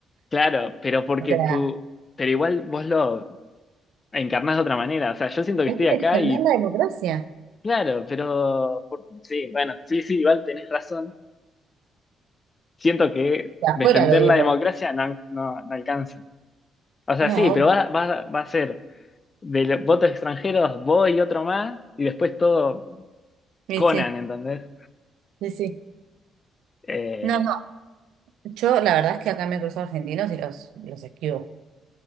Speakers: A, on the left; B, on the right.
A: claro, pero porque
B: O sea,
A: tú, pero igual vos lo encarnás de otra manera, o sea, yo siento que
B: hay
A: estoy acá
B: que defender
A: y,
B: la democracia.
A: claro, pero, por- sí, bueno, sí, sí, igual tenés razón. Siento que
B: De afuera
A: defender
B: lo digo.
A: la democracia no, no, no alcanza. O sea,
B: No,
A: sí, pero
B: obvio.
A: va, va, va a ser de los votos extranjeros, vos y otro más, y después todo
B: sí,
A: Conan,
B: sí,
A: ¿entendés?
B: sí, sí.
A: Eh,
B: No, Yo, la verdad es que acá me cruzo argentinos y los, los esquivo.